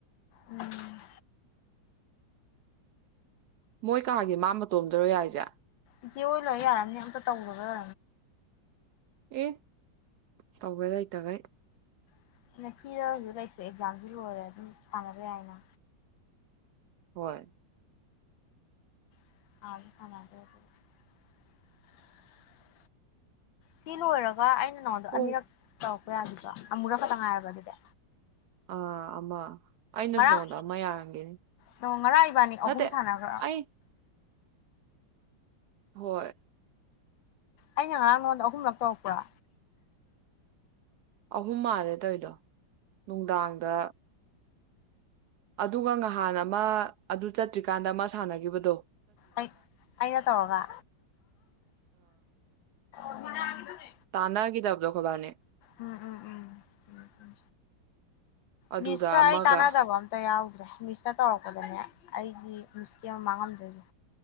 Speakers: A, on the left; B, on the right.
A: ꯎꯝ
B: ꯃꯣꯏ ꯀꯥꯒꯤ ꯃꯥ ꯃꯇꯣꯝꯗꯔꯣ ꯌꯥꯏꯖꯦ
A: ꯏꯆꯦ ꯍꯣꯏ ꯂꯣꯏ ꯌꯥꯔꯝꯅꯤ ꯑꯝꯇ ꯇꯧꯅꯒ
B: ꯑꯦ ꯇꯧꯒꯦ ꯂꯩꯇꯒꯩ
A: <unintelligible> ꯂꯩꯊꯣꯛꯑꯦ ꯑꯦꯛꯖꯥꯝꯁꯨ ꯂꯣꯏꯔꯦ ꯑꯗꯨꯝ ꯁꯥꯟꯅꯕ ꯌꯥꯏꯅ
B: ꯍꯣꯏ
A: <unintelligible> ꯁꯤ ꯂꯣꯏꯔꯒ ꯑꯩꯅ ꯅꯣꯗꯣ
B: ꯍꯣꯏ
A: ꯑꯅꯤꯔꯛ ꯇꯧ <unintelligible> ꯑꯃꯨꯔꯛ ꯈꯛꯇꯪ ꯉꯥꯏꯔꯕ ꯑꯗꯨꯗꯤ
B: ꯑꯥ ꯑꯃ ꯑꯩꯅꯁꯨ
A: ꯉꯔꯥꯡ
B: ꯅꯉꯣꯟꯗ ꯑꯃ ꯌꯥꯔꯝꯒꯤꯅꯤ
A: ꯗꯣ ꯉꯔꯥꯡ ꯏꯕꯥꯅꯤ
B: ꯅꯠꯇꯦ
A: ꯑꯍꯨꯝ ꯁꯥꯟꯅꯒꯔ꯭
B: ꯑꯩ ꯍꯣꯏ
A: ꯑꯩꯅ ꯉꯔꯥꯡ ꯅꯉꯣꯟꯗ ꯑꯍꯨꯝꯂꯛ ꯇꯧꯔꯛꯄ꯭ꯔꯥ
B: ꯑꯍꯨꯝ ꯃꯥꯜꯂꯦ ꯇꯧꯏꯗꯣ ꯅꯨꯡꯗꯥꯡꯗ ꯑꯗꯨꯒ ꯅꯍꯥꯟ ꯑꯃ ꯑꯗꯨ ꯆꯠꯇ꯭ꯔꯤꯀꯥꯟꯗ ꯑꯃ ꯁꯥꯟꯅꯈꯤꯕꯗꯣ
A: ꯑꯩ ꯑꯩꯅ ꯇꯧꯔꯒ <unintelligible>
B: ꯇꯥꯟꯅꯈꯤꯗ ꯑꯕꯗꯨꯜ ꯈꯕꯥꯔꯅꯦ
A: ꯎꯝ ꯎꯝ ꯎꯝ
B: ꯑꯗꯨꯗ
A: ꯃꯤꯅꯤꯁꯀꯥ
B: ꯑꯃꯒ
A: ꯍꯥꯏ ꯇꯅ ꯇꯕ ꯑꯇ ꯌꯥꯎꯗ ꯦ ꯃꯤꯁꯅ ꯇꯧꯔꯛꯄꯗꯅꯦ ꯑꯩꯒꯤ ꯃꯤꯁꯀꯤ ꯑꯃ ꯃꯥꯡꯉꯝꯗꯣꯏꯁꯦ